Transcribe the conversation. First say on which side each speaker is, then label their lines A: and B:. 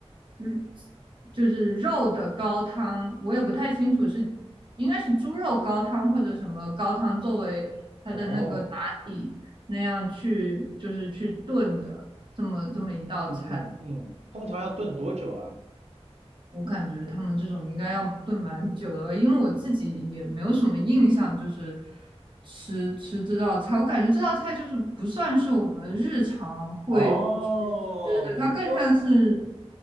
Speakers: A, on the right; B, on the right.
A: 嗯，就是肉的高汤，我也不太清楚是，应该是猪肉高汤或者什么高汤作为它的那个打底那样去，
B: 哦，
A: 就是去炖的这么这么一道菜。
B: 嗯嗯嗯，通常要炖多久啊？
A: 我感觉他们这种应该要炖蛮久的了，因为我自己也没有什么印象，就是吃吃这道菜，我感觉这道菜就是不算是我们日常会去吃的，
B: 哦，等于说，
A: 它更像是，